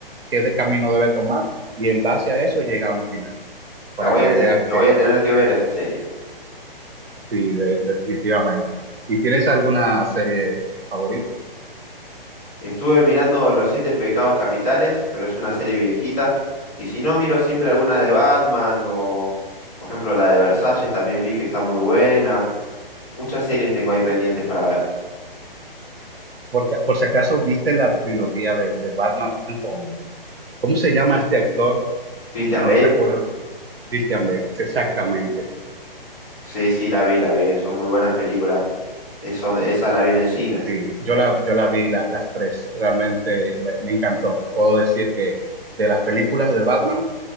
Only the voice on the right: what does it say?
qué de camino debe tomar, y en base a eso llega a un final, para
que
veas
que
sí, de- definitivamente. ¿Y tienes alguna serie favorita?
Porque, por si acaso viste la trilogía de, de Batman con, ¿cómo se llama este actor?
No
recuerdo, Christian Bale, exactamente.
Sí, yo la, yo la vi la- las tres, realmente me, me encantó. Puedo decir que de las películas de Batman,